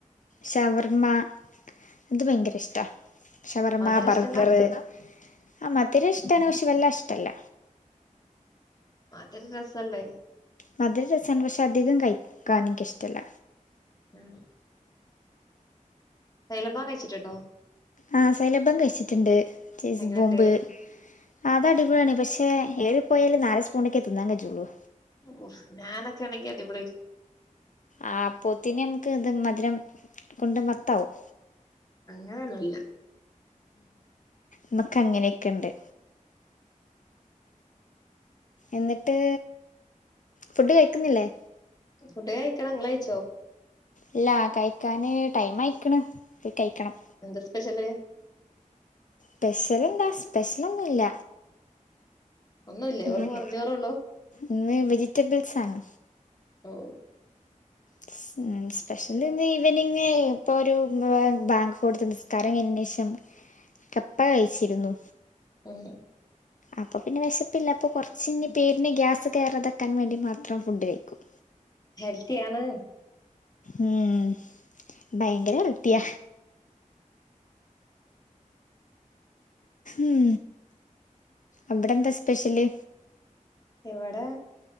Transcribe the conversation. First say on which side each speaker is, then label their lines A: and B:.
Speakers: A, on the left (about 70°); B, on the left (about 30°).
A: ഷവർമ്മ അതു ഭയങ്കരയിഷ്ടാ ഷവർമ്മ,
B: മധുരം
A: ബർഗറ്
B: ഇഷ്ടല്ല
A: ആഹ്. മധുരഷ്ടാണ് പക്ഷേ വെല്ലാഷ്ടല്ല.
B: മധ്‌രം രസല്ലേ
A: മധുരം രസാണ്. പക്ഷേ അധികം കഴിക്കാൻ ഇൻക്കിഷ്ടല്ല.
B: ഉം സൈലബാൻ കഴിച്ചിട്ടുണ്ടോ?
A: ആഹ് സൈലബാൻ കഴിച്ചിട്ടുണ്ട് ചീസ്
B: എങ്ങനെണ്ട്
A: ബോംമ്പ് ആഹ് അതടി പൊളിയാണെ. പക്ഷേ ഏറിപ്പോയാലൊരു നാലുസ്പൂണൊക്കെ തിന്നാൻ കജെജൊള്ളൂ.
B: ഓഹ് ഞാനൊക്കെണെങ്കി അടിപൊളി
A: ആഹ് അപ്പോത്തിനു നമ്ക്കു മധുരംകൊണ്ടു മത്താവും
B: അങ്ങനെയൊന്നുല്ല.
A: നമുക്കങ്ങനെയൊക്കെണ്ട്. എന്നിട്ട്, ഫുഡ് കഴിക്കുന്നില്ലേ?
B: ഫുഡു കഴിക്കണം. ഇങ്ങൾ കഴിച്ചോ?
A: ഇല്ല കഴിക്കാന് ടൈമായിക്ണ്. പോയി കഴിക്കണം.
B: എന്താസ്പെഷ്യല്
A: സ്പെഷ്യലെന്താ സ്പെഷ്യലൊന്നുമില്ല.
B: ഒന്നുല്ലേ
A: ഉം
B: വെറും വെറുംചോറൊള്ളൂ
A: ഇന്നുവെജിറ്റബിൾസാണ്
B: ഓ
A: <unintelligible> സ്പെഷ്യൽ ഇന്ന് ഈവനിംങ് ഇപ്പൊ ഒരു ബാങ്കു കോഴ്സുണ്ട് നിസ്കാരത്തിനുശേഷം കപ്പ കഴിച്ചിരുന്നു
B: ഉം
A: അപ്പോൾ പിന്നെ വിശപ്പില്ല അപ്പോൾ കുറച്ച ഇ പേരിന് ഗ്യാസ് കയറാതക്കാൻ വേണ്ടി മാത്രം ഫുഡ് കയ്ക്കും
B: ഹെൽത്തി ആണ്
A: ഉം ഭയങ്കര ഹെൽത്തിയ ഉം അവിടെ എന്താ സ്പെഷ്യല്
B: എവിടെ